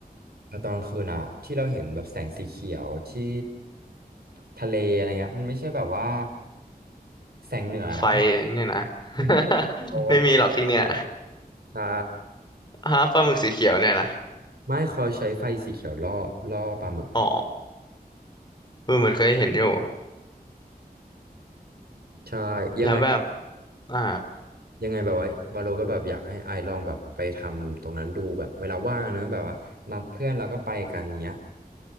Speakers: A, on the right; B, on the left.
A: ตอนกลางคืนอะที่เราเห็นแบบแสงสีเขียวที่ทะเลอะไรเงี้ยมันไม่ใช่แบบว่าแสงเหนือนะ
B: ไฟเนี่ยนะ <laughs>
A: มันเขาล่อปลาหมึก
B: ไม่มีหรอกที่เนี่ย
A: ใช่
B: ฮะปลาหมึกสีเขียวเนี่ยนะ
A: ไม่เขาใช้ไฟสีเขียวล่อล่อปลาหมึก
B: อ๋อเออเหมือนเคยเห็นอยู่
A: ใช่ยังไง
B: แล้วแบบอ่า
A: ยังไงแบบว่าวาโลก็แบบอยากให้ไอลองแบบไปทำตรงนั้นดูแบบเวลาว่างเนอะแบบว่านัดเพื่อนแล้วก็ไปกันเงี้ย